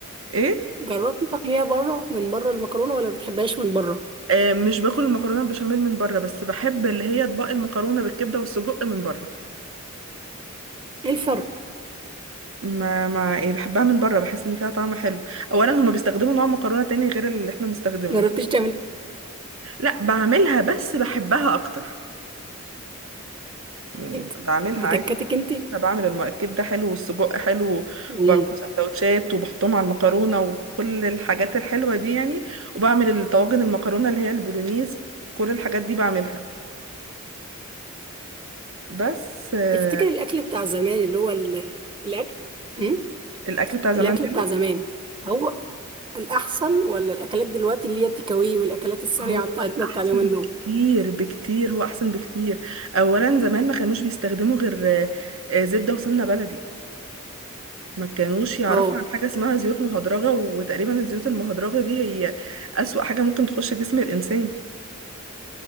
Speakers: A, on the right; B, on the right.
A: ايه
B: جربتي تاكليها بره من بره المكرونة ولا بتحبهاش من بره
A: آه، مش باكل المكرونه البشاميل من بره بس بحب اللي هي اطباق المكرونه بالكبده والسجق من بره
B: ايه الفرق
A: ما ما يعني بحبها من بره بحس ان فيها طعم حلو اولا هما بيستخدموا نوع مكرونه تاني غير اللي احنا بنستخدمه
B: جربتيش
A: ده.
B: تعملي
A: لا بعملها بس بحبها اكتر يعني
B: بيت
A: بعملها
B: بتكاتك
A: عادي
B: انت
A: انا بعمل الم- الكبده حلو والسجق حلو
B: مم.
A: وبعمل سندوتشات وبحطهم على المكرونه وكل الحاجات الحلوه دي يعني وبعمل الطواجن المكرونه اللي هي البولونيز كل الحاجات دي بعملها بس آه،
B: تفتكر الاكل بتاع زمان اللي هو ال- الاكل امم
A: الاكل بتاع زمان
B: الاكل
A: منه
B: بتاع زمان هو الاحسن ولا الاكلات دلوقتي اللي هي التكاوي والاكلات السريعه
A: هو
B: بتاعتنا
A: الاحسن
B: بتاع اليومين
A: بكتير
B: دول
A: بكتير هو احسن بكتير اولا زمان ما كانوش بيستخدموا غير آه، آه، زبده وسمنه بلدي ما كانوش يعرفوا
B: اه
A: عن حاجه اسمها زيوت مهدرجه وتقريبا الزيوت المهدرجه دي هي اسوأ حاجه ممكن تخش جسم الانسان